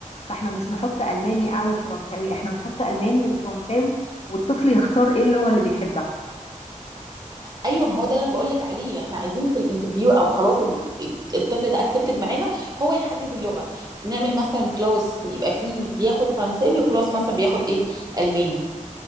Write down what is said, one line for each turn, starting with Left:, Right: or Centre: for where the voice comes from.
Left: فاحنا مش نحط الماني او فرنساوي احنا نحط الماني وفرنساوي والطفل يختار ايه اللغة اللي بيحبها
Right: ايوه ما هو ده اللي انا بقول لك عليه احنا عايزين في الانترفيو او خلاص ال- ال- الطفل ده اكسبتد معانا هو يحدد اللغه نعمل مثلا كلاس يبقى فيه بياخد فرنساوي وكلاس مثلا بياخد ايه الماني